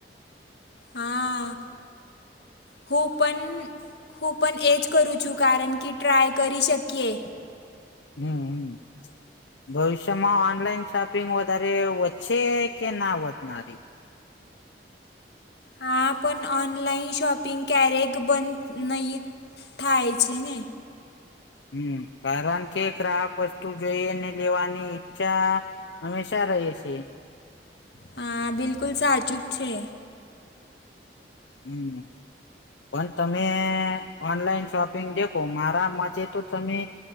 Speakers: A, on the left; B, on the left.
A: હા હું પન હું પન એ જ કરું છું કારણ કે ટ્રાય કરી શકીએ
B: હમ હ ભવિષ્યમાં ઓનલાઈન શો પિગ વધારે વધશે કે ના વધનારી?
A: હા પન ઓનલાઈન શોપિંગ ક્યારેક બંધ નહી થાય છે, ને
B: હમ કારણ કે ગ્રાહક વસ્તુ જોઈને લેવાની ઈચ્છા હંમેશા રહીએ છીએ
A: હા બિલકુલ સાચું જ છે.
B: હમ. પન તમે ઓનલાઈન શોપિંગ દેખો મારા મતે તો તમે